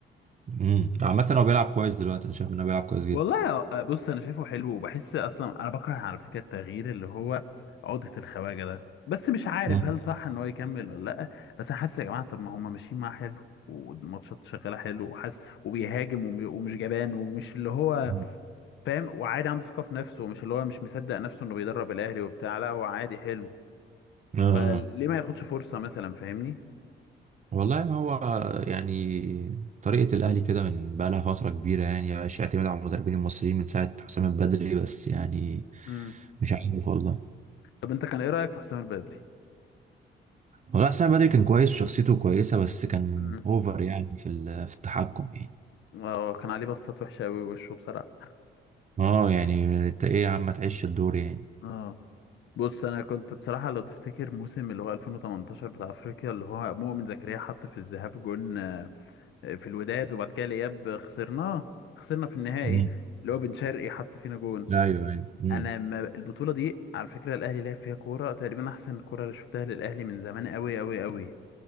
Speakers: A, on the right; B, on the left.
A: مم. عامة هو بيلعب كويس دلوقتي أنا شايف إنه بيلعب كويس جدا
B: والله آه، آه، بص انا شايفه حلو وبحس اصلا انا بكره على فكره التغيير اللي هو عقدة الخواجه ده بس مش عارف
A: مم.
B: هل صح ان هو يكمل ولا لا بس انا حاسس يا جماعه طب ما هم ماشيين معاه حلو والماتشات شغاله حلو وحاسس وبيهاجم وم- ومش جبان ومش اللي هو
A: مم.
B: فاهم وعادي عنده ثقه في نفسه ومش اللي هو مش مصدق نفسه انه بيدرب الاهلي وبتاع لا هو عادي حلو اه فليه
A: آه. آه.
B: ما ياخدش فرصه مثلا فاهمني
A: والله ما هو يعني طريقة الأهلي كده من بقى لها فترة كبيرة يعني مبقاش يعتمد على المدربين المصريين من ساعة حسام البدري بس يعني
B: امم
A: مش عارف والله
B: طب انت كان ايه رايك في حسام البدري
A: والله حسام البدري كان كويس وشخصيته كويسة بس كان
B: امم
A: أوفر يعني في ال- في التحكم يعني
B: اه كان عليه بصات وحشه قوي وشه بصراحه
A: اه يعني انت ايه يا عم ما تعيش الدور يعني
B: اه بص انا كنت بصراحه لو تفتكر موسم اللي هو 2018 بتاع افريقيا اللي هو مؤمن زكريا حط في الذهاب جون آه، في الوداد وبعد كده الاياب خسرناه خسرنا في النهائي
A: مم.
B: اللي هو بن شرقي حط فينا جون
A: ايوه ايوه امم
B: انا ما البطوله دي على فكره الاهلي لعب فيها كوره تقريبا احسن كوره اللي شفتها للاهلي من زمان قوي قوي قوي